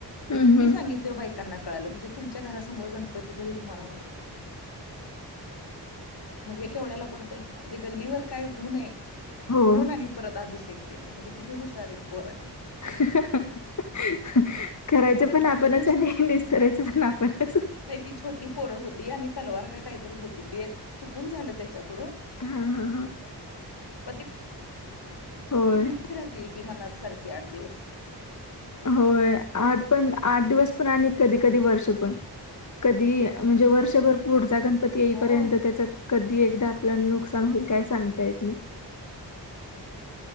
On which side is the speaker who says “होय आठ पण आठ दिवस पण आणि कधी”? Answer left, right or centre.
Left